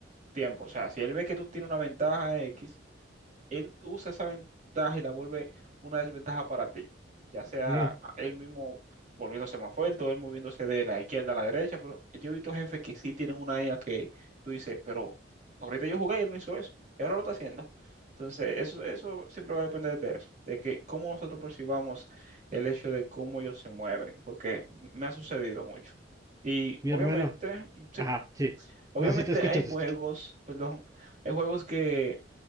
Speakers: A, on the right; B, on the right.
A: tiempo, o sea, si él ve que tú tienes una ventaja X, él usa esa ventaja y la vuelve una desventaja para ti, ya sea
B: ujú.
A: él mismo volviéndose más fuerte o él moviéndose de la izquierda a la derecha, pero yo he visto jefes que sí tienen una IA que tú dices, pero ahorita yo jugué y él no hizo eso, y ahora lo está haciendo. Entonces, eso, eso siempre va a depender de eso, de que cómo nosotros percibamos el hecho de cómo ellos se mueven, porque me ha sucedido mucho. Y
B: Mi
A: obviamente,
B: hermano,
A: sí,
B: ajá, sí.
A: obviamente
B: No, sí, te escucho,
A: hay
B: te
A: juegos,
B: escucho.
A: perdón, hay juegos que